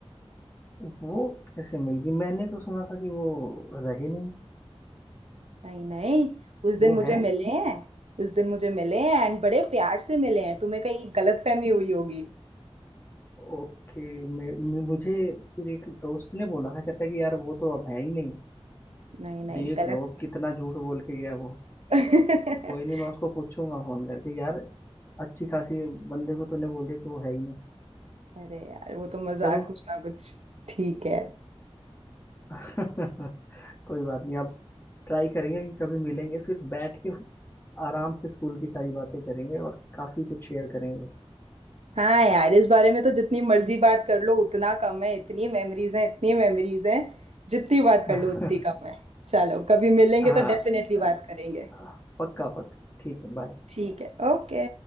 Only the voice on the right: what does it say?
नहीं नहीं उस
दिन मुझे
मिले हैं उस दिन मुझे मिले हैं एंड बड़े प्यार से मिले हैं तुम्हें कहीं गलतफहमी हुई होगी
नहीं नहीं
गलत
<laughs>
अरे यार वो तो मजाक
कुछ ना कुछ ठीक है
हाँ यार इस बारे में तो जितनी मर्जी बात कर लो उतना कम है इतनी मेमोरीज हैं इतनी मेमोरीज हैं जितनी बात
कर लो उतनी कम है चलो कभी मिलेंगे
तो डेफिनेटली
बात करेंगे
ठीक है ओके